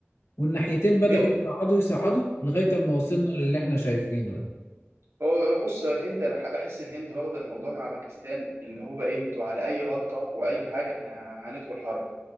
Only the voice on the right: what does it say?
ايه
مم.
هو هو بص الهند انا ح- بحس الهند واخده الموضوع مع باكستان اللي هو إيه، انتوا على اي غلطه واي حاجه احنا هندخل حرب